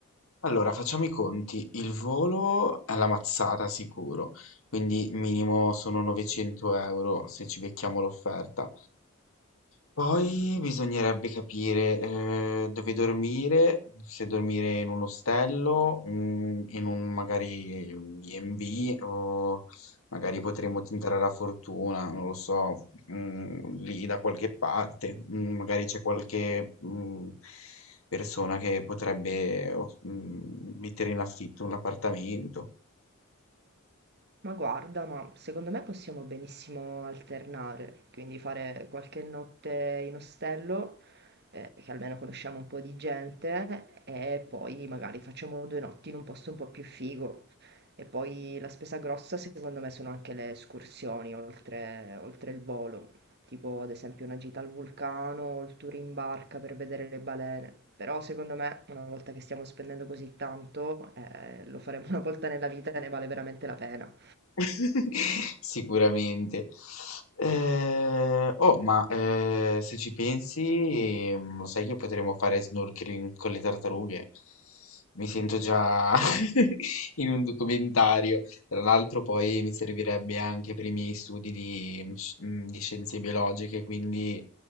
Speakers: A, on the left; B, on the right.
A: Allora, facciamo i conti. Il volo è la mazzata sicuro, quindi minimo sono 900 euro se ci becchiamo l'offerta. Poi bisognerebbe capire, ehm, dove dormire, se dormire in un ostello, mhmm, in un magari B&B o magari potremmo tentare la fortuna, non lo so, mhmm, lì da qualche parte. Mhmm, magari c'è qualche, mhmm, persona che potrebbe o mhmm, mettere in affitto un appartamento.
B: Ma guarda, ma secondo me possiamo benissimo alternare, quindi fare qualche notte in ostello, eh, che almeno conosciamo un po' di gente, e poi magari facciamo due notti in un posto un po' più figo. E poi la spesa grossa secondo me sono anche le escursioni oltre, oltre il volo, tipo ad esempio una gita al vulcano o il tour in barca per vedere le balene. Però secondo me una volta che stiamo spendendo così tanto, eh, lo faremo <laughs> una volta nella vita e ne vale veramente la pena.
A: <laughs> Sicuramente. Eh, oh, ma eh, se ci pensi, mm, lo sai che potremmo fare snorkeling con le tartarughe? Mi sento già <laughs> in un documentario. Tra l'altro, poi mi servirebbe anche per i miei studi di, mm, sci- mm, di scienze biologiche, quindi